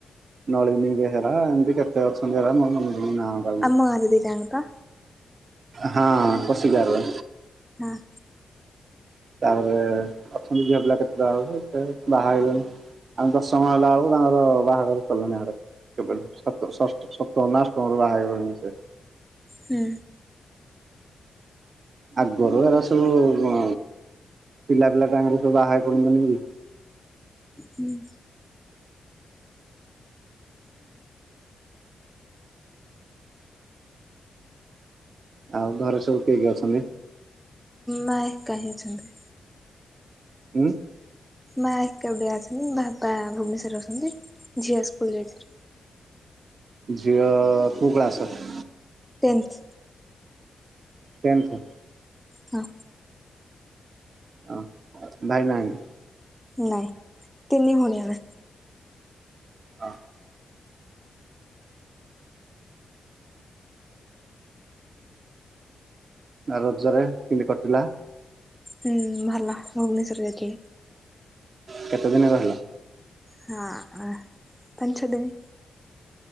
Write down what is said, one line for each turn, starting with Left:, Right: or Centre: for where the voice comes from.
Right: ନଳିନୀ ବେହେରା ଏମିତି କେତେ ଅଛନ୍ତି, ହେରା ମର ମନେ ପଡୁନି ନାଁ ଗୁରା ବି।
Centre: ଆମ ଗାଁ ରେ ଦି ଟା ଙ୍କ ପା
Right: ହଁ, <inaudible> ଖସି ଗରେ
Centre: ହଁ,।
Right: ତାପରେ ଅଛନ୍ତି, ଝିଅ ପିଲା କେତେଟା ବେଳ ସେ ବାହା ହେଇଲେଣି, ଆମେ ଦଶମ ହେଲା ବେଳକୁ ତାଙ୍କର ବାହାଘର ସିଲଣି ଆଡେ ସପ୍ତମ, ଅଷ୍ଟମରୁ ବାହା ହେଇଗଲାଣି, ସେ
Centre: ହୁଁ,।
Right: ଆଗରୁ ଏରା ସବୁ ପିଲା, ପିଲା ତାଙ୍କରେ ସବୁ ଆହା କରନ୍ତନି, କି।
Centre: ହୁଁ,।
Right: ଆଉ ଘରେ, ସବୁ କିଏ କିଏ ଅଛନ୍ତି?
Centre: ମା, ଏକା ହୋଇଯାଇଛନ୍ତି।
Right: ହଁ।
Centre: ମା ଏକା ବୁଡିଆ ଅଛନ୍ତି, ବାପା ଭୁବନେଶ୍ଵରରେ ଅଛନ୍ତି, ଝିଅ କଦରାଜାର <inaudible>
Right: ଝିଅ କୋଉ କ୍ଲାସ ର
Centre: ଟେନ୍ଥ।
Right: ଟେନଥ,
Centre: ହଁ,।
Right: ହ ଭାଇ ନାହାନ୍ତି।
Centre: ନାଇଁ ତିନି ଭଉଣୀ ଆମେ
Right: ଅ ନା ରଜରେ କେମିତି କଟିଲା?
Centre: ହୁଁ ଭଲ ଭୁବନେଶ୍ଵର ଯକ
Right: କେତେ ଦିନ ରହିଲ।
Centre: ହଁ ପଞ୍ଚଦିନୀ